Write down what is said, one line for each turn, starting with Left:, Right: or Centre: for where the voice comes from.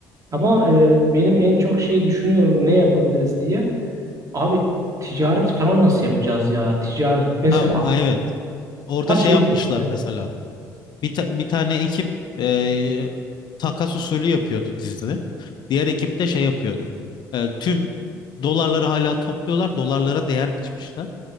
Right: Ama e, benim en çok şeyi düşünüyorum ne yapabiliriz diye. Abi ticaret falan nasıl yapacağız ya? Ticaret mesela
Left: Ha, evet orada
Right: her
Left: şey
Right: şey
Left: yapmışlar
Right: değişti.
Left: mesela bir, ta- bir tane ekip e, takas usulü yapıyordu dizide. Diğer ekip de şey yapıyordu. E, tüm dolarları hala topluyorlar dolarlara değer biçmişler.